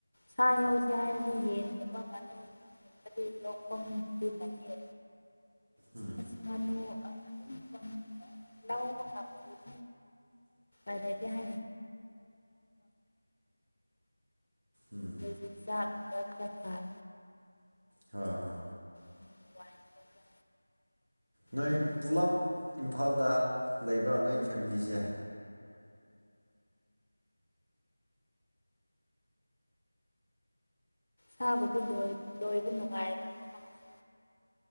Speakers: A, on the left (about 70°); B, on the right (about 60°).
A: ꯁꯥ ꯌꯣꯛꯁꯦ ꯍꯥꯏꯔꯗꯤ ꯌꯦꯟꯒꯨꯝꯕ ꯉꯥꯅꯨ <unintelligible> ꯗꯤ ꯌꯣꯛꯐꯝꯕꯨꯗꯤ ꯂꯩꯌꯦ꯫
B: ꯎꯝ꯫
A: ꯑꯁ ꯉꯥꯅꯨ ꯑ <inaudible> ꯂꯧꯕ ꯉꯝꯗꯦ꯫ <inaudible> ꯑꯗꯒꯤ <inaudible>
B: ꯎꯝ꯫
A: <inaudible> ꯆꯥꯛ ꯈꯔ ꯈꯔ ꯊꯥꯏ
B: ꯍꯥ ꯍ
A: ꯍꯋꯥꯏꯒꯨꯝꯕ ꯈꯔ ꯊꯥꯔꯒ
B: ꯅꯣꯏ
A: ꯍꯤꯡꯒꯣꯜꯗ
B: ꯄꯨꯂꯞ ꯏꯝꯐꯥꯜꯗ ꯂꯩꯕ꯭ꯔꯥ ꯅꯣꯏ ꯐꯦꯃꯤꯂꯤꯁꯦ?
A: ꯊꯥꯕꯨꯗꯤ ꯂꯣꯏ ꯂꯣꯏꯕ ꯅꯨꯡꯉꯥꯏꯕ ꯃꯐꯝꯅꯤ